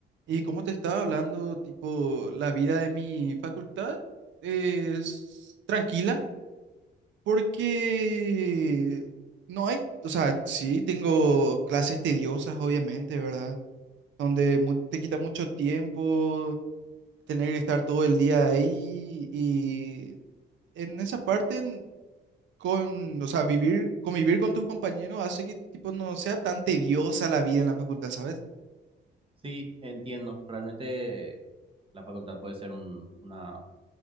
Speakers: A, on the right (about 70°); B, on the right (about 25°).
A: Y como te estaba hablando, tipo, la vida de mi facultad es tranquila porque no hay, o sea, sí tengo clases tediosas, obviamente, ¿verdad? Donde mu- te quita mucho tiempo tener que estar todo el día ahí y en esa parte, en- con, o sea, vivir, convivir con tus compañeros hace que, tipo, no sea tan tediosa la vida en la facultad, ¿sabes?
B: Sí, entiendo. Realmente la facultad puede ser un, una,